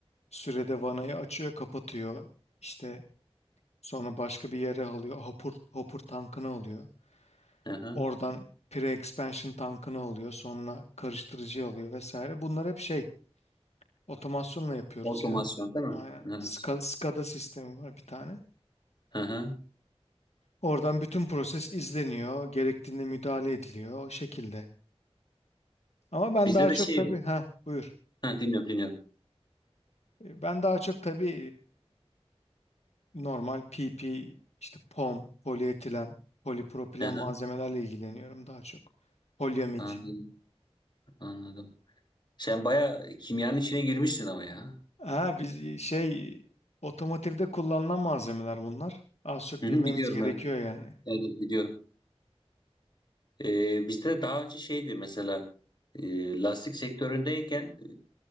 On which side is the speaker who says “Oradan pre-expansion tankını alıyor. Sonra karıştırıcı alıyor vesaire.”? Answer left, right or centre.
Left